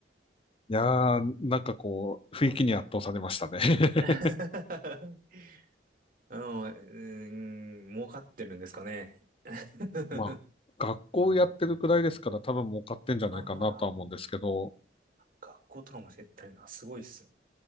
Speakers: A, on the left; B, on the right.
A: いやー、なんかこう、雰囲気に圧倒されましたね。<laughs>
B: <laughs> うん、うーん儲かってるんですかね。<laughs>
A: まあ、学校やってるくらいですから多分儲かってんじゃないかなとは思うんですけど、
B: ああ、学校とかも教えてるのはすごいっすね。